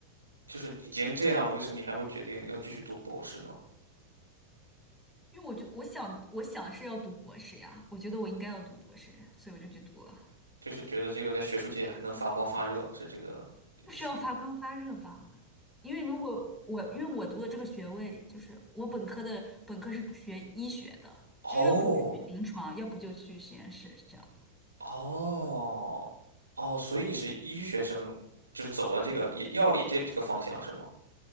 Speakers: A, on the right (about 80°); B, in the centre.
A: 就是已经这样了，为什么你还会决定要继续读博士呢？
B: 因为我就我想我想是要读博士呀，我觉得我应该要读博士，所以我就去读了，
A: 就是觉得这个在学术界还能发光发热，是这个意思吗？
B: 不需要发光发热吧？因为如果我因为我读的这个学位就是我本科的本科是学医学的，就要不我就去临床，
A: 哦
B: 要不就去实验室，是这样。
A: 哦哦，所以你是医学生，就是走了这个也药理这这个方向是吗？
B: 对，